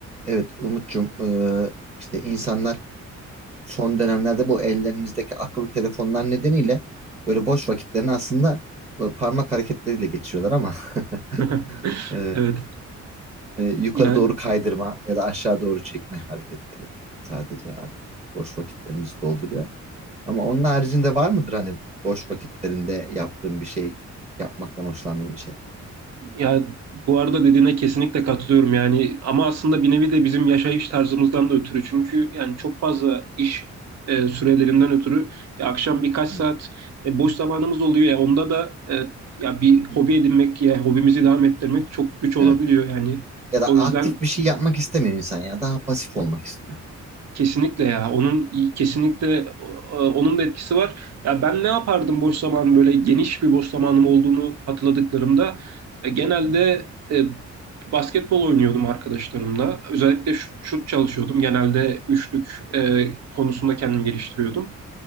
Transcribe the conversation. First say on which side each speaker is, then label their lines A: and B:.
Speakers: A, on the right; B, on the right.
A: Evet Umut'cum eee, işte insanlar son dönemlerde bu ellerimizdeki akıllı telefonlar nedeniyle böyle boş vakitlerini aslında böyle parmak hareketleriyle geçiriyorlar ama
B: <laughs>
A: <laughs> eee,
B: Evet.
A: e, yukarı
B: Yani
A: doğru kaydırma ya da aşağı doğru çekme hareketleri sadece artık boş vakitlerimizi dolduruyor. Ama onun haricinde var mıdır hani boş vakitlerinde yaptığın bir şey, yapmaktan hoşlandığın bir şey?
B: ya bu arada dediğine kesinlikle katılıyorum yani ama aslında bir nevi de bizim yaşayış tarzımızdan da ötürü çünkü yani çok fazla iş e, sürelerinden ötürü ya akşam birkaç saat
A: Hı.
B: e, boş zamanımız oluyor ya onda da e, ya bir
A: Hı
B: hobi
A: hı.
B: edinmek ya hobimizi devam ettirmek çok güç olabiliyor
A: Evet.
B: yani
A: Ya da
B: o
A: aktif
B: yüzden
A: bir şey yapmak istemiyor insan ya daha pasif olmak istiyor.
B: Kesinlikle ya. Onun kesinlikle e, onun da etkisi var. Ya ben ne yapardım boş zaman böyle geniş bir boş zamanım olduğunu hatırladıklarımda e, genelde
A: Hı hı.
B: e, basketbol oynuyordum arkadaşlarımla. Özellikle şut, şut çalışıyordum. Genelde üçlük e, konusunda kendimi geliştiriyordum.